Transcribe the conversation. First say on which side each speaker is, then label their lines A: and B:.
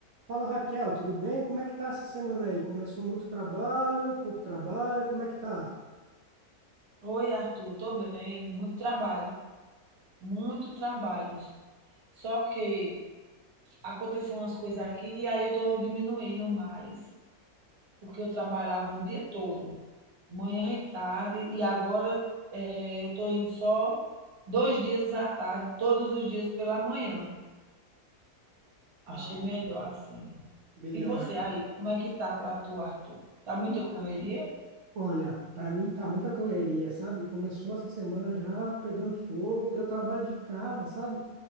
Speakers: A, on the right; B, on the right.
A: Fala Raquel, tudo bem? Como é que tá essa semana aí? Começou muito trabalho, pouco trabalho, como é que tá?
B: Oi, Arthur, tô bem. Muito trabalho, muito trabalho. Só que aconteceu umas coisas aqui e aí eu tô diminuindo mais, porque eu trabalhava o dia todo, manhã e tarde, e agora eh, eu tô indo só dois dias à tarde, todos os dias pela manhã. Achei
A: Ah,
B: melhor assim.
A: melhor.
B: E você aí, como é que tá pra tu, Arthur? Tá muita
A: Hum,
B: correria?
A: Olha, para mim tá muita correria, sabe? Começou essa semana já pegando fogo. Eu trabalho de casa, sabe?